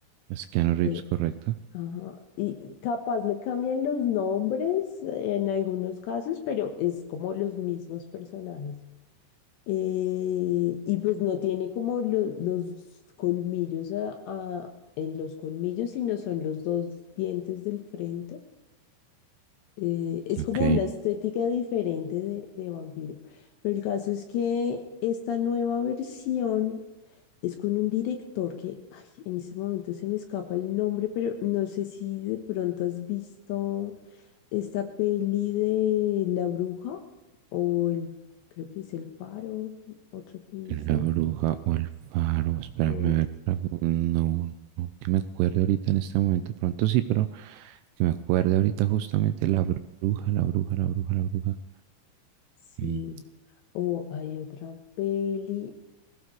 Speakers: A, on the right; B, on the left.
A: Es Keanu Reeves,
B: eh,
A: correcto.
B: ajá. Y capaz le cambian los nombres en algunos casos, pero es como los mismos personajes. Eh, y pues no tiene como lo- los colmillos a- a- en los colmillos, sino son los dos dientes del frente. Eh, es
A: Ok,
B: como una estética diferente de, de vampiro. Pero el caso es que esta nueva versión es con un director que, ay, en este momento se me escapa el nombre, pero no sé si de pronto has visto esta peli de La Bruja, o el, creo que es El Faro, otra que hizo,
A: la bruja o el faro, espérame
B: o
A: a ver, algún- no, no, no, que me acuerde ahorita en este momento, pronto sí, pero que me acuerde ahorita justamente la bruja, la bruja, la bruja, la bruja.
B: sí,
A: Mm,
B: o hay otra peli,